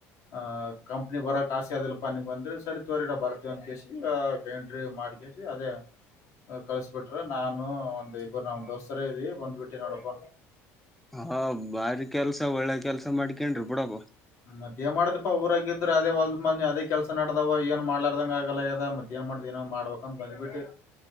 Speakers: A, on the left; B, in the centre.
A: ಆಹ್ ಕಂನಿ ಬರೋ ಕಾಸಿ <unintelligible> ಅಲ್ಪ ನಿ ಬಂದ್ರೆ ಸರಿ ತೋರಿರ ಬರ್ತೀವ ಅಂತ ಕಸಿ ಎಂಟ್ರಿ ಮಾಡ್ <unintelligible> ಅದೇ ಕಳಸಪಟ್ಟ ನಾನು ಒಂದ್ ಇಬ್ಬರು ನಮ್ ದೋಸ್ತರ ಇದಿ ಬಂದ್ಬ ಬಿಟ್ಟಿ ನೋಡಪ್ಪ
B: ಹಾ ಬಾರಿ ಕೆಲ್ಸ ಒಳ್ಳೆ ಕೆಲ್ಸ ಮಾಡಿಕೇಂಡ್ರೂ ಬುಡಪ್ಪ
A: ಅದೇ ಮಾಡೋಧಪ್ಪ ಊರಾಗಿದ್ರೆ ಅದೇ ಹೊಲ್ದಾ ಮನೆ ಅದೇ ಕೆಲಸ ನಡ್ದಾವ್ ಏನ್ ಮಾಡಲರದಂಗ ಆಗಲ್ಲ ಯಾದ <unintelligible> ಏನೋ ಮಾಡಬೇಕ ಅಂತ ಬಂದ್ಬಿಟಿ.